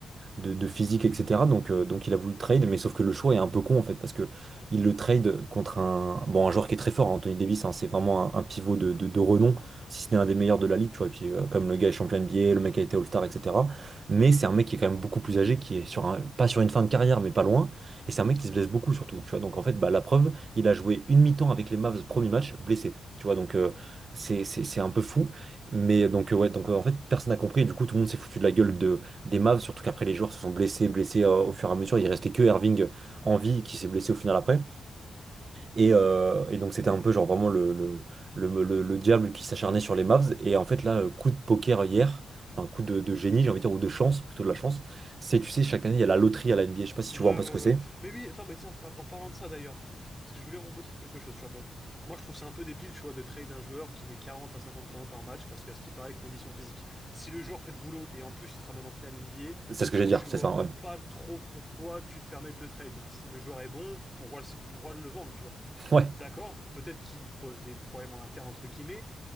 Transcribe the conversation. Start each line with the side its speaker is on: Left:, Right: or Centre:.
Right: de, de physique, etc. Donc, euh, donc il a voulu le trade, mais sauf que le choix est un peu con en fait, parce que il le trade contre un, bon, un joueur qui est très fort, hein, Anthony Davis, hein, c'est vraiment un, un pivot de, de, de renom, si ce n'est un des meilleurs de la ligue, tu vois. Et puis, euh, comme le gars est champion NBA, le mec a été All-Star, etc. Mais c'est un mec qui est quand même beaucoup plus âgé, qui est sur un, pas sur une fin de carrière, mais pas loin. Et c'est un mec qui se blesse beaucoup surtout, tu vois. Donc en fait, bah, la preuve, il a joué une mi-temps avec les Mavs, premier match, blessé. Tu vois, donc euh, c'est c'est- c'est un peu fou. Mais donc, euh, ouais, donc euh, en fait, personne n'a compris. Et du coup, tout le monde s'est foutu de la gueule de, des Mavs, surtout qu'après les joueurs se sont blessés, blessés euh, au fur et à mesure. Il restait que Irving en vie qui s'est blessé au final après. Et, euh, et donc c'était un peu genre vraiment le, le, le, le- le diable qui s'acharnait sur les Mavs. Et en fait là, euh, coup de poker hier, enfin coup de, de génie, j'ai envie de dire, ou de chance, plutôt de la chance, c'est tu sais, chaque année il y a la loterie à la NBA. Je sais pas si
Centre: Ouais,
Right: tu
Centre: ouais,
Right: vois un peu ce que c'est.
Centre: ouais. Mais oui, attends, mais tiens, en en parlant de ça d'ailleurs, parce que je voulais rebondir sur quelque chose, tu vois. Bon, moi je trouve ça un peu débile, tu vois, de trade un joueur qui met 40 à 50 points par match, parce qu'à ce qui paraît, condition physique. Si le joueur fait le boulot et en plus il te ramène en finale NBA,
Right: C'est ce que j'allais
Centre: je
Right: dire, c'est
Centre: vois
Right: ça, ouais. <laughs>
Centre: pas trop pourquoi tu te permets de le trade. hein. Si le joueur est bon, pourquoi, le- pourquoi le vendre, tu vois?
Right: Ouais,
Centre: D'accord, peut-être qu'il pose des problèmes en interne, entre guillemets,